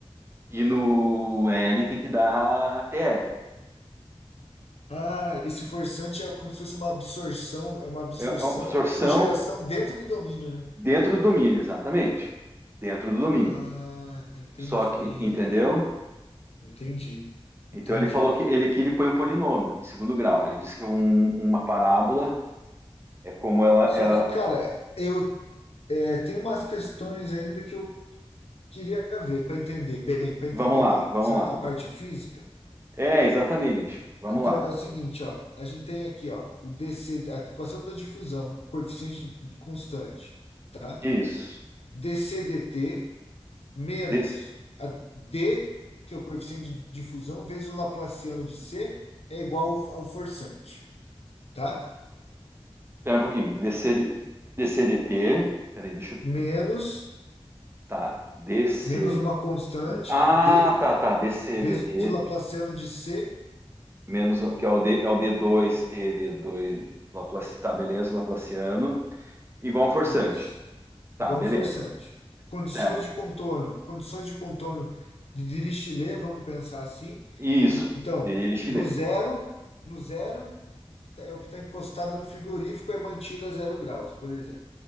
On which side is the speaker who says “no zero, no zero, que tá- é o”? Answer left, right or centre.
Left